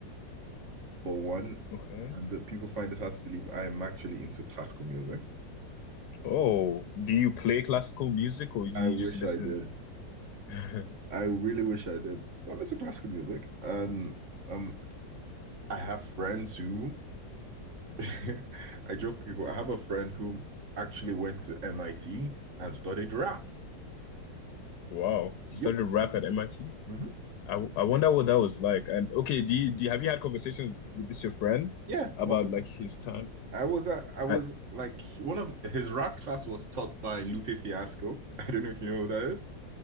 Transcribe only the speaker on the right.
For one,
and that people find it hard to believe I am actually into classical music.
I
wish
I did.
I really wish I did. But I'm into classical music, and um, I have friends who <laughs> I joke with people. I have a friend who actually went to MIT and studied rap.
Yep.
hmm
Yeah,
multiple.
I was uh, I was
like one of his rap class was taught by Lupe Fiasco. <laughs> I don't know if you know who that is.